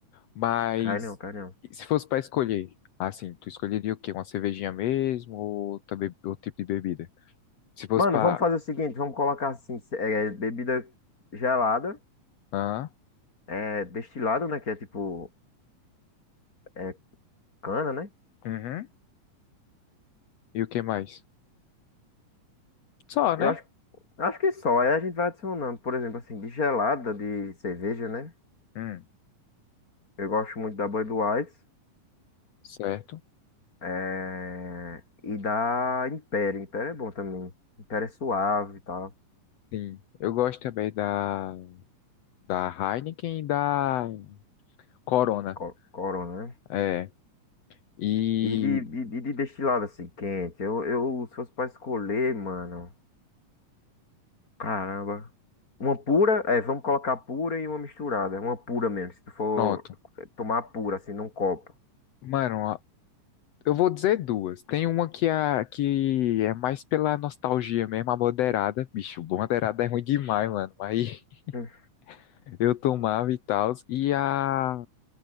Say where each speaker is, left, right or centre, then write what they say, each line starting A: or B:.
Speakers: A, on the left; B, on the left.
A: Mas.
B: Cai não, cai não.
A: e Se fosse para escolher, assim, tu escolheria o quê? Uma cervejinha mesmo ou também outro tipo de bebida? Se fosse
B: Mano,
A: para.
B: vamos fazer o seguinte, vamos colocar assim, se- é, bebida gelada,
A: Hã?
B: é, destilado, né? Que é tipo, é cana, né?
A: Uhum. E o que mais? Só, né?
B: Eu acho, acho que é só. Aí a gente vai adicionando, por exemplo, assim, de gelada, de cerveja, né?
A: Hum,
B: Eu gosto muito da Budweiser,
A: certo.
B: é, e da Império. Império é bom também. Império é suave e tal.
A: Sim. Eu gosto também da, da Heineken e da Corona.
B: Co- Corona, né?
A: É. E
B: E de, de, de, de destilado assim, quente. Eu, eu, se fosse pra escolher, mano. Caramba. Uma pura, é, vamos colocar pura e uma misturada. Uma pura mesmo, se tu for
A: pronto.
B: eh, tomar pura, assim, num copo.
A: Mano, a- eu vou dizer duas. Tem uma que é, que é mais pela nostalgia mesmo, a moderada. Bicho, moderada é ruim demais, mano. Aí
B: Hum.
A: <laughs> eu tomava e tal. E a